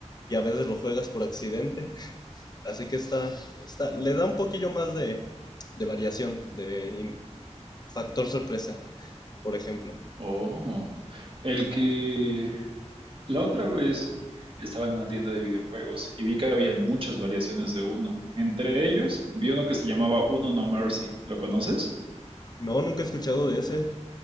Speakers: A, on the left; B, on the right.
A: y a veces lo juegas por accidente. Así que está, está, le da un poquillo más de, de variación, de in- factor sorpresa, por ejemplo.
B: Oh, el que la otra vez estaba en una tienda de videojuegos y vi que habían muchas variaciones de uno. Entre ellos vi uno que se llamaba Uno No Mercy. ¿Lo conoces?
A: No, nunca he escuchado de ese,